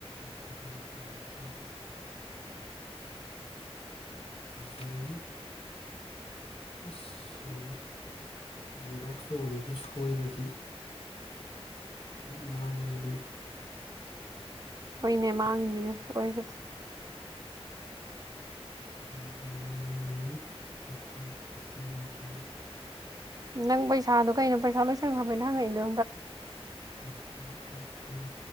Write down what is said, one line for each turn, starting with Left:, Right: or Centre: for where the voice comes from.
Left: ꯏꯄꯣꯔꯦꯟ ꯐꯁꯇꯦꯜ <unintelligible> ꯗꯦꯟ ꯑꯁ ꯖꯦꯔꯣꯛꯁ ꯇ ꯎꯗꯕꯁꯨ ꯁꯣꯏꯔꯗꯤ ꯑꯗꯨ ꯃꯥꯡꯉꯦ ꯑꯗꯨꯅ
Right: ꯍꯣꯏꯅꯦ ꯃꯥꯡꯉꯤꯃꯤꯅꯁꯨ ꯑꯣꯏꯈꯗꯤ
Left: ꯏꯟꯗꯤꯌꯨꯔꯤꯒꯤ ꯊꯥꯔꯇꯤꯟ ꯐꯣꯔꯇꯤꯟ ꯏꯟꯇꯔ
Right: ꯅꯪ ꯄꯩꯁꯥꯗꯨꯣ ꯀꯩꯅꯣ ꯄꯩꯁꯥ ꯂꯣꯏꯁꯟꯈ꯭ꯔꯕ ꯅ ꯍꯉꯩ ꯅ
Left: ꯐꯤꯟ ꯐ ꯇꯤꯟ